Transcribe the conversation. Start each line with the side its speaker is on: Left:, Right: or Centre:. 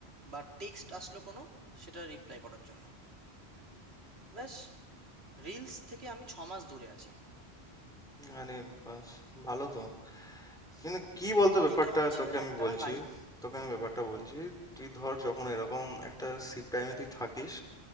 Right: বা টেক্সট আসলো কোনো সেটা রিপ্লাই করার জন্য ব্যাস রিলস থেকে আমি ছ মাস দূরে আছি
Centre: আরে বাস ভালো তো কিন্তু কি বলতো ব্যাপারটা
Right: এইটা হচ্ছে
Centre: তোকে আমি
Right: একটা
Centre: বলছি
Right: লাই
Centre: তোকে আমি ব্যাপারটা বলছি তুই ধর যখন এরকম একটা শিফট টাইমে তুই থাকিস